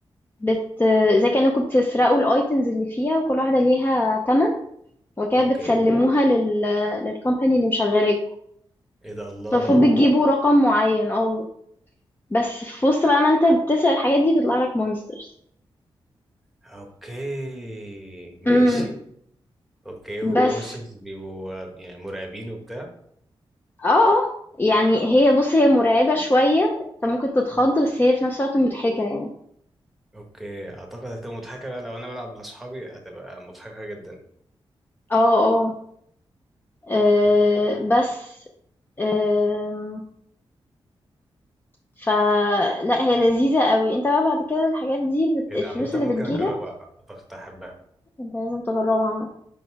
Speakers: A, on the left; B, in the centre.
A: بت... آه، زي كأنكم بتسرقوا الأيتمز اللي فيها وكل واحدة ليها تمن وكده
B: اوكي
A: بتسلموها لل... للكومباني اللي مشغلاكوا
B: ايه ده الله
A: فالمفروض بتجيبوا رقم معين اه بس في وسط بقى ما انت بتسرق الحاجات دي بيطلع لك مونسترز
B: اوكي ماشي
A: إمم،
B: اوكي والمونسترز
A: بس
B: بيبقوا آه، يعني مرعبين وبتاع
A: آه، آه، يعني هي بُص هي مرعبة شوية، أنت ممكن تتخض
B: الله
A: بس هي في نفس الوقت مضحكة يعني،
B: اوكي اعتقد هتبقى مضحكه بقى لو انا بلعب مع اصحابي هتبقى مضحكه جدا
A: آه، آه، آآ،
B: اوكي
A: بس آمم، فلأ هي لذيذة أوي، أنت بقى بعد كده الحاجات دي بت
B: ايه
A: الفلوس
B: ده عامه
A: اللي
B: ممكن
A: بتيجي
B: اجربها
A: لك
B: اعتقد هحبها
A: أنت لازم تجربها عامةً،